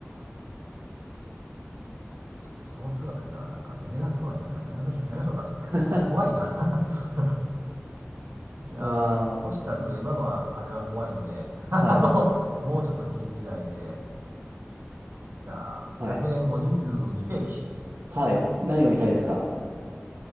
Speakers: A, on the right; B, on the right.
A: あ。ちょっとその姿見たらなんか寝れなさそうな気がするからやめましょう、やめましょうか。ちょっと怖いな
B: <laughs>
A: <laughs> いやー、
B: ああ、
A: そしたらちょっと今のは、あれは怖いので、<laughs> あのもうちょっと近未来で、
B: はい、
A: じゃあ、100年後22世紀
B: はい、はい。何を見たいですか